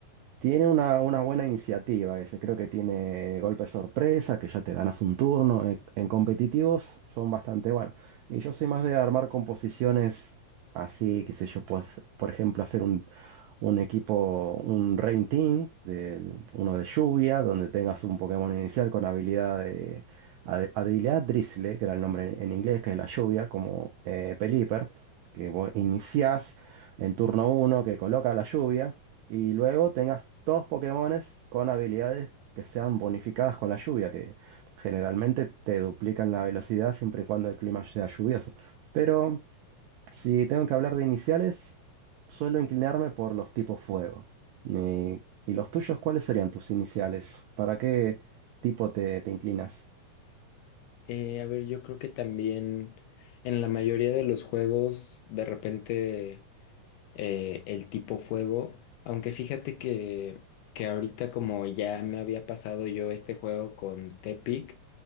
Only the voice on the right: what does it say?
tiene una, una buena iniciativa ese, creo que tiene golpe sorpresa, que ya te ganas un turno. En, en competitivos son bastante buenos. Y yo soy más de armar composiciones así, qué sé yo, pues, por ejemplo, hacer un, un equipo, un Rain Team, de, uno de lluvia, donde tengas un Pokémon inicial con habilidad de hab- habilidad Drizzle, que era el nombre en, inglés, que es la lluvia, como eh, Pelipper, que vos iniciás en turno uno que coloca la lluvia. Y luego tengas dos Pokémones con habilidades que sean bonificadas con la lluvia, que generalmente te duplican la velocidad siempre y cuando el clima sea lluvioso. Pero si tengo que hablar de iniciales, suelo inclinarme por los tipos fuego. ¿Y, y los tuyos, cuáles serían tus iniciales? ¿Para qué tipo te, te inclinas?